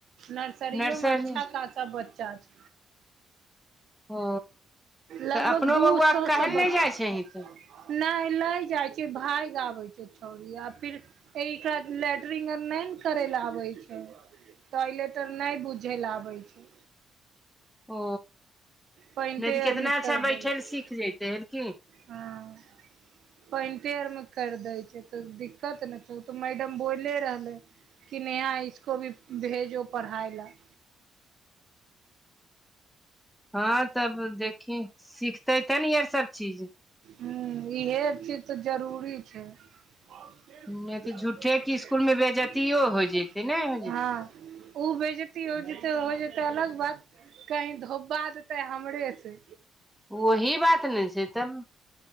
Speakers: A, on the right (about 60°); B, in the centre.
A: नर्सरियो
B: नर्सरी
A: मे खासा बच्चा छै।
B: ओ
A: लगभग
B: तऽ अपनो
A: दू
B: बौआ
A: सौ
B: काहे
A: सब बच्चा
B: ले नहि जाइ छही तऽ
A: नहि नै जाइ छै, भागि आबै छै छौड़ी आ फिर इ एकरा लेट्रिग आर ने करे ले आबे छै, टॉयलेट आर नै बुझ चलि आबै छै।
B: ओ
A: पैंटे
B: नै तऽ केतना
A: आरमे
B: अच्छा
A: कर
B: बैठै
A: दै छै
B: ले सीख जतैहे रे कि।
A: हँ। पाइन्टै आरमे केरि दै छै तऽ दिक्कत नै छै ओ तऽ मैडम बोले रहलै। कि नेहा इसको भी भेजो पढ़ाइ ले। <inaudible>
B: हँ तब देखी सिखतै <unintelligible> चीज
A: हुं इहे चीज तऽ जरूरी छै। हँ, ओ
B: नहि तऽ झूठे के स्कूल में बेजतियो हो जते नहि हो जते
A: कहै छै हो जेतै हो जेतै अलग बात, कही धोबा जेतै हमरे से
B: वही बात ने छै तब